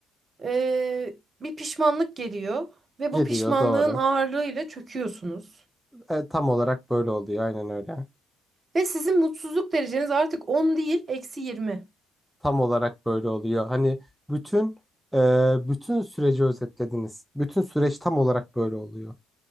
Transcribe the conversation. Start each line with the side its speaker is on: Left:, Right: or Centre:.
Right: e, bir pişmanlık geliyor ve
Centre: Gidiyor
Right: bu pişmanlığın
Centre: doğru.
Right: ağırlığıyla çöküyorsunuz.
Centre: E, tam olarak böyle oluyor. Aynen öyle.
Right: Ve sizin mutsuzluk dereceniz artık 10 değil, eksi yirmi.
Centre: Tam olarak böyle oluyor. Hani bütün e, bütün süreci özetlediniz. Bütün süreç tam olarak böyle oluyor.